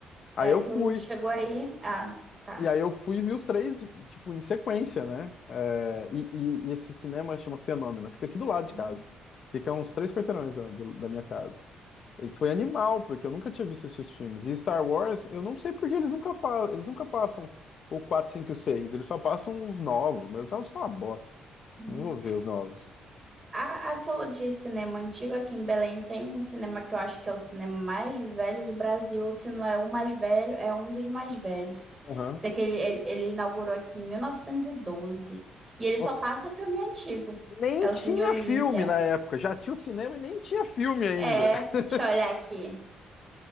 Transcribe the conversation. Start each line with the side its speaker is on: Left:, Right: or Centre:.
Left: Aí
Right: aí
Left: eu
Right: tu
Left: fui,
Right: chegou aí. Ah, tá.
Left: e aí eu fui e vi os três, tipo, em sequência, né? É, e, e- e esse cinema chama Fenômeno, fica aqui do lado
Right: Hum,
Left: de casa. Fica a uns três quarteirões da do- da minha casa. E foi animal, porque eu nunca tinha visto esses filmes. E Star Wars, eu não sei porque eles nunca falam, eles nunca passam o 4, 5 e o 6, eles só passam os novos, mas os novos são uma bosta.
Right: Uhum.
Left: Não vou ver os novos.
Right: A, a falou de cinema antigo aqui em Belém tem um cinema que eu acho que é o cinema mais velho do Brasil, ou se não é o mais velho, é um dos mais velhos.
Left: Aham.
Right: Sei que ele, ele, ele inaugurou aqui em 1912 e doze. E ele só
Left: Nossa,
Right: passa filme antigo.
Left: nem
Right: É
Left: tinha
Right: o Cine Olímpia.
Left: filme na época, já tinha o cinema e nem tinha filme ainda.
Right: É,
Left: <laughs>
Right: deixa eu olhar aqui.